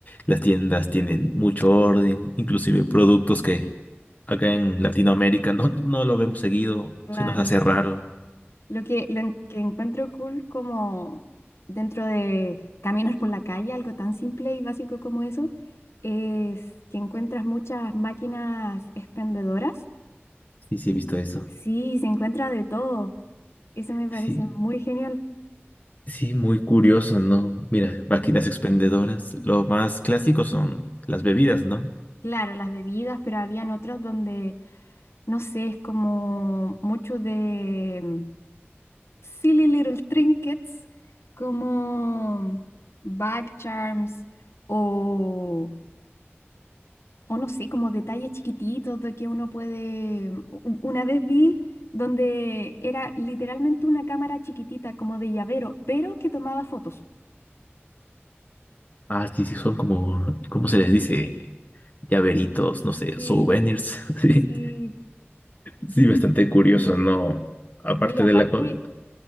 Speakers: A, on the left; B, on the left.
A: las tiendas tienen mucho orden, inclusive productos que acá en Latinoamérica no, no lo vemos seguido,
B: claro.
A: se nos hace raro.
B: Lo que, lo en- que encuentro cool como dentro de caminos por la calle, algo tan simple y básico como eso, es que encuentras muchas máquinas expendedoras.
A: Sí, sí, he visto eso.
B: Sí, se encuentra de todo. Eso me parece
A: Sí,
B: muy genial.
A: sí, muy curioso, ¿no? Mira, máquinas
B: Sí.
A: expendedoras, lo más clásico son las bebidas, ¿no?
B: Claro, las bebidas, pero habían otros donde, no sé, es como mucho de silly little trinkets como bag charms o, o no sé, como detalles chiquititos de que uno puede... u- Una vez vi donde era literalmente una cámara chiquitita como de llavero, pero que tomaba fotos.
A: Ah, sí, sí, son como, ¿cómo se les dice? Llaveritos, no sé,
B: Sí,
A: souvenirs. <laughs> Sí,
B: sí.
A: sí, bastante curioso, ¿no? Aparte
B: No, y aparte,
A: de la comida.